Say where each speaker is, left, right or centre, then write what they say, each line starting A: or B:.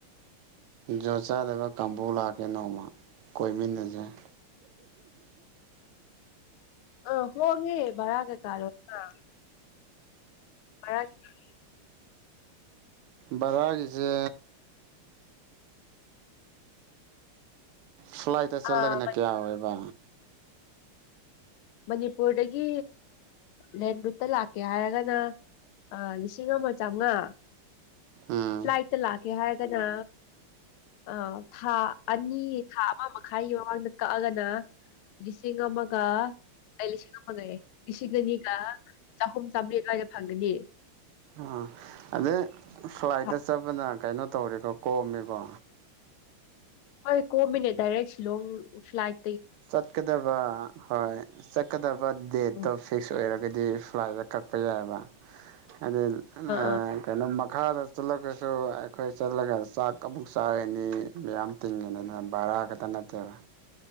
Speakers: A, on the right; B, on the left.
A: ꯖꯣꯠ ꯆꯥꯗꯕ ꯀꯥꯡꯕꯨ ꯂꯥꯛꯑꯗꯤ ꯅꯣꯡꯃ ꯀꯣꯏꯃꯤꯟ ꯅꯅꯤꯡꯉꯥꯏ
B: ꯑ ꯍꯣꯛꯉꯦ ꯕꯥꯔꯥ ꯀꯩꯀꯥ ꯂꯣꯏꯅꯥ ꯃꯔꯔꯖ <inaudible>
A: ꯕꯥꯔꯒꯤꯁꯦ ꯐ꯭ꯂꯥꯏꯠꯇ ꯆꯠꯂꯒꯅ
B: ꯑꯥ
A: ꯀꯌꯥ ꯑꯣꯏꯕ
B: ꯃꯅꯤꯄꯨꯔꯗꯒꯤ ꯂꯦꯟꯔꯨꯠꯇ ꯂꯥꯛꯀꯦ ꯍꯥꯏꯔꯒꯅ ꯑ ꯂꯤꯁꯤꯡ ꯑꯃ ꯆꯥꯝꯃꯉꯥ
A: ꯎꯝ
B: ꯐ꯭ꯂꯥꯏꯠꯇ ꯂꯥꯛꯀꯦ ꯍꯥꯏꯔꯒꯅ ꯑ ꯊꯥ ꯑꯅꯤ ꯊꯥ ꯑꯃ ꯃꯈꯥꯏꯒꯤ ꯃꯃꯥꯡꯗ ꯀꯛꯑꯒꯅ ꯂꯤꯁꯤꯡ ꯑꯃꯒ ꯑꯩ ꯂꯤꯁꯤꯡ ꯑꯃꯒ ꯂꯤꯁꯤꯡ ꯑꯅꯤꯒ ꯆꯍꯨꯝ ꯆꯥꯃꯔꯤ ꯑꯗꯨꯋꯥꯏꯗ ꯐꯪꯒꯅꯤ
A: ꯑ ꯑꯗꯩ ꯐ꯭ꯂꯥꯏꯠꯇ
B: ꯊꯥ
A: ꯆꯠꯄꯅ ꯀꯩꯅꯣ ꯇꯧꯔꯤꯀꯣ ꯀꯣꯝꯃꯦꯀꯣ
B: ꯍꯣꯏ ꯀꯣꯃꯤꯅꯤ ꯗꯤꯔꯦꯠ ꯁꯤꯂꯣꯡ ꯐ꯭ꯂꯥꯏꯠ
A: ꯆꯠꯀꯗꯕ ꯍꯣꯏ ꯆꯠꯀꯗꯕ ꯗꯦꯠꯇꯣ
B: ꯑꯥ
A: ꯐꯤꯛꯁ ꯑꯣꯏꯔꯒꯗꯤ ꯗꯤ ꯐ꯭ꯂꯥꯏꯗ ꯀꯛꯄ ꯌꯥꯏꯕ ꯍꯥꯏꯗꯤ
B: ꯑꯥ
A: ꯀꯩꯅꯣ ꯃꯈꯥꯗ ꯆꯠꯂꯒꯁꯨ ꯑꯩꯈꯣꯏ ꯆꯠꯂꯒ ꯆꯥꯛ ꯑꯃꯨꯛ ꯆꯥꯔꯅꯤ ꯃꯌꯥꯝ ꯕꯔꯥ ꯈꯥꯛꯇ ꯅꯥꯠꯇꯦꯗꯥ